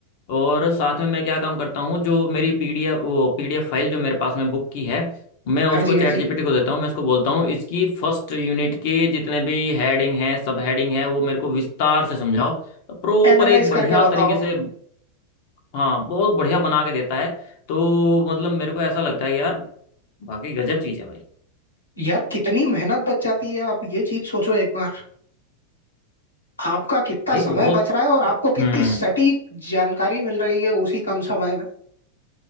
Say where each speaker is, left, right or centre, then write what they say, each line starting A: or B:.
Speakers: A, on the left (about 50°); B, on the left (about 75°).
A: और साथ में मैं क्या काम करता हूँ जो मेरी पीडीएफ वो पीडीएफ फाइल जो मेरे पास में बुक की है मैं उसको
B: हाँ जी
A: चैट
B: हाँ जी
A: जीपीटी को देता हूँ मैं उसको बोलता हूँ इसकी फर्स्ट यूनिट के जितने भी हेडिंग है सब हेडिंग है वो मेरे को विस्तार से समझाओ प्रॉपर
B: एनालाइज
A: एक बढ़िया
B: करके बताओ
A: तरीके से हाँ बहुत बढ़िया बना के देता है तो मतलब मेरे को ऐसा लगता है यार बाकी गजब चीज़ है भाई
B: यार कितनी मेहनत बच जाती है आप ये चीज सोचो एक बार आपका कितना
A: भाई
B: समय
A: बहुत
B: बच रहा है और आपको कितनी
A: हम्म
B: सटीक जानकारी मिल रही है उसी कम समय में